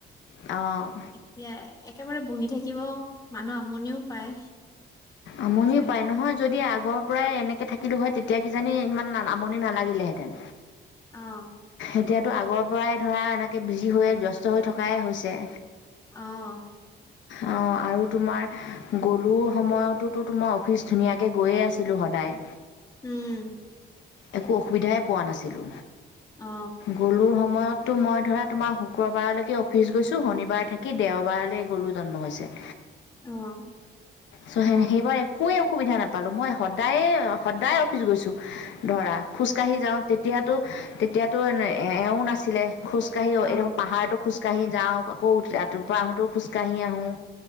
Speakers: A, on the left; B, on the left.
A: অ'।
B: এতিয়া একেবাৰে বহি থাকিব মানুহ আমনিও পায়।
A: আমনিও
B: হৈ যায়
A: পায় নহয় যদি আগৰ পৰাই এনেকে থাকিলো হয়, তেতিয়া কিজানি ইমান আমনি নালাগিলেহেঁতেন।
B: অ'।
A: এতিয়াতো আগৰ পৰাই ধৰা এনেকে বিজি হৈয়ে ব্যস্ত হৈ থকাই হৈছে।
B: অ'।
A: অ', আৰু তোমাৰ গ'লো সময়তোটো মই অফিচ ধুনীয়াকৈ গৈয়ে আছিলোঁ সদায়।
B: উম।
A: একো অসুবিধাই পোৱা নাছিলো,
B: অ
A: গলোৰ সময়তো মই ধৰা তোমাৰ শুক্ৰবাৰলৈকে অফিচ গৈছো শনিবাৰ থাকি দেওবাৰলৈ গলো জন্ম হৈছে।
B: অ'।
A: চ' সেইবাৰ
B: অ
A: একোৱেই অসুবিধা নাপালো মই সদায়ে সদায় অফিচ গৈছো। ধৰা খোজকাঢ়ি যাওঁ তেতিয়াতো তেতিয়াতো এও নাছি লে খোজ কাঢ়ীও
B: অ
A: এইটো পাহাৰটোৰ খোজ খোজকাঢ়ি যাওঁ আকৌ ৰাতিপুৱা আহোতেও খোজকাঢ়ি আহোঁ।